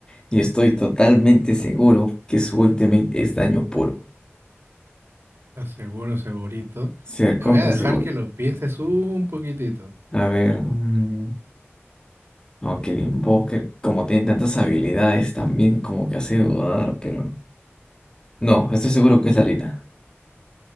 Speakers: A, on the left; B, on the right.
A: y estoy totalmente seguro que su ultimate es daño puro.
B: Estás seguro, segurito.
A: Ser
B: Te
A: contra
B: voy a dejar
A: seguro.
B: que lo pienses un poquitito.
A: A ver, mm, aunque el Invoker, como tiene tantas habilidades también, como que hace dudar, pero no, estoy seguro que es la Lina.